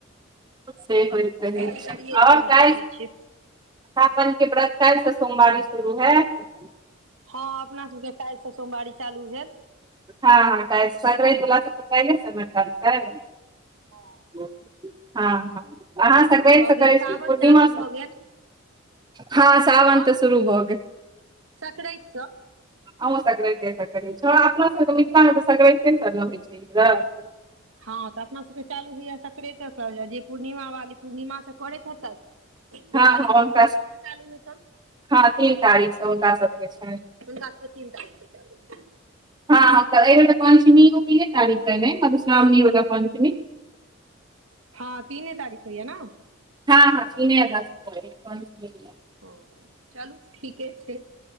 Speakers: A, on the right (about 20°); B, on the right (about 75°).
A: से होयत रहय
B: सरकारिए
A: छय
B: स्कुलमे
A: आउ कैल।
B: पढ़ै छियै
A: सावन के व्रत काल्हि स सोमवारी शुरू हेत।
B: हँ, अपना सबके काल्हि स, सोमवारी चालू भेल।
A: हँ -हँ, केल स संकरेत बला सब त केले स न करतय।
B: हँ।
A: हँ, हँ, अहाँ सक्रेंत
B: भऽ
A: से करै
B: गेल सावन
A: छी कि पूर्णिमा
B: चालू
A: सँ?
B: भऽ गेल
A: हँ, साावन
B: हम
A: तऽ शुरू भऽ गेल।
B: सकरातिसँ
A: अहूँ सक्रैंते सँ करै छी हँ, अपना सभके मिथिलामे सक्रैते सँ नऽ होइ छै इ व्रत।
B: हँ, तऽ अपना सभके चालू होइयऽ सक्रैते सँ, ज-जे पूर्णिमा वाली पूर्णिमा से कऽरैत हेतैथ तिनका
A: हँ हँ
B: सभके
A: हुनका
B: पूर्णिमा से चालू हेतैन।
A: हँ, तीन तारीख सँ हुनका सभके छैन।
B: हुनका सबके तीन तारीख से चालू हेतै
A: हँ, हँ, तऽ अइबेर तऽ पञ्चमीयो तीने तारीक कऽ ने, मधुश्रावणी वला पञ्चमी।
B: हँ, तीने तारीख होइए ने।
A: हँ, हँ, तीने अगस्त कऽ रहै पञ्चमीयो।
B: ओ चलू, ठीके छै।